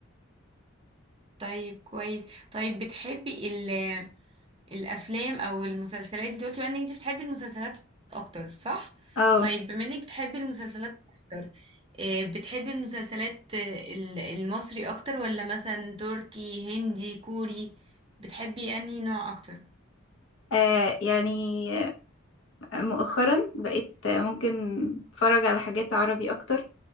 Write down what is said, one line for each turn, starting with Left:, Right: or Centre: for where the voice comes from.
Right: طيب كويس طيب بتحبي ال الافلام او المسلسلات انت قلتي بقى ان انت بتحبي المسلسلات اكتر صح
Left: او
Right: طيب بما انك بتحبي المسلسلات اكتر آه، بتحبي المسلسلات آه، ال- المصري اكتر ولا مثلا تركي هندي كوري بتحبي انهي نوع اكتر
Left: آه يعني مؤخرا بقيت ممكن اتفرج على حاجات عربي اكتر